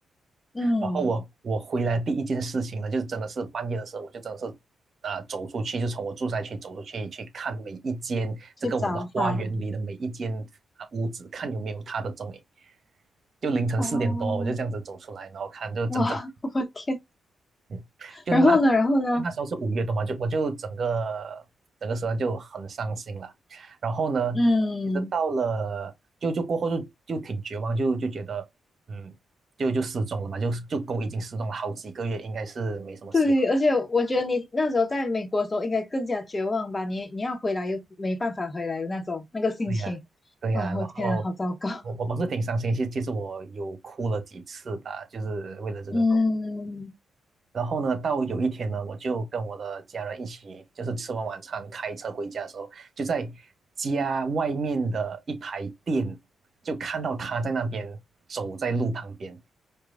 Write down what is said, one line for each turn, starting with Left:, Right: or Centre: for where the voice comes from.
Left: 嗯，
Right: 然后我我回来第一件事情呢，就是真的是半夜的时候，我就真的是啊、走出去，就从我住宅区走出去去看每一间这个我的花园里的每一间啊屋子，
Left: 去找他。
Right: 看有没有他的踪影。就凌晨四点多，
Left: 哦，
Right: 我就这样子走出来，然后看就真正
Left: 哇，<laughs> 我天！
Right: 嗯，就那
Left: 然后呢，然后呢？
Right: 就那时候是五月多嘛，就我就整个整个时段就很伤心了。然后呢，
Left: 嗯，
Right: 其实到了就就过后就就挺绝望，就就觉得嗯，就就失踪了嘛，就就狗已经失踪了好几个月，应该是没什么希望。
Left: 对，而且我觉得你那时候在美国的时候应该更加绝望吧？你你要回来又没办法回来的那种那个心情啊！
Right: 对呀，对呀。然后
Left: 我天啊，好糟糕。<laughs>
Right: 我我我是挺伤心，其实其实我有哭了几次吧，就是为了这个狗。
Left: 嗯
Right: 然后呢，到有一天呢，我就跟我的家人一起，就是吃完晚餐开车回家的时候，就在家外面的一排店，就看到他在那边走在路旁边，